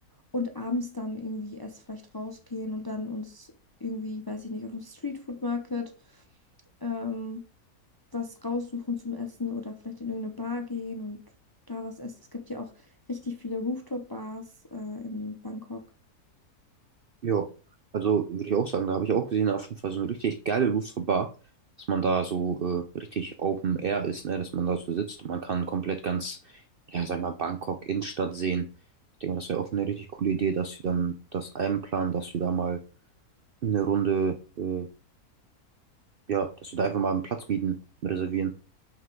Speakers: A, on the left; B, on the right.
A: und abends dann irgendwie erst vielleicht rausgehen und dann uns irgendwie, weiß ich nicht, auf dem Streetfood Market ähm, was raussuchen zum Essen oder vielleicht in irgendeine Bar gehen und da was essen. Es gibt ja auch richtig viele Rooftop-Bars äh, in Bangkok.
B: Ja, also würde ich auch sagen, da habe ich auch gesehen, auf jeden Fall so eine richtig geile Rooftop Bar, dass man da so äh, richtig Open Air ist, ne, dass man da so sitzt und man kann komplett ganz, ja, sag mal, Bangkok Innenstadt sehen. Ich denke mal, das wäre auch eine richtig coole Idee, dass wir dann das einplanen, dass wir da mal eine Runde, äh, ja, dass wir da einfach mal einen Platz mieten, reservieren.